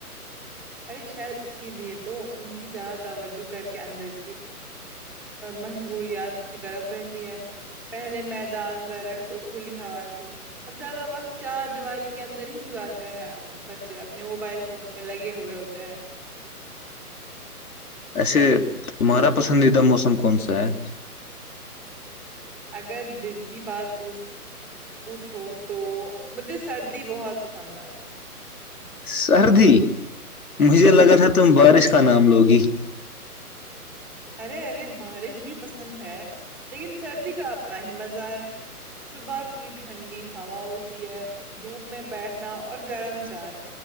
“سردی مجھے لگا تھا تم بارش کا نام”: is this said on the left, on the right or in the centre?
Left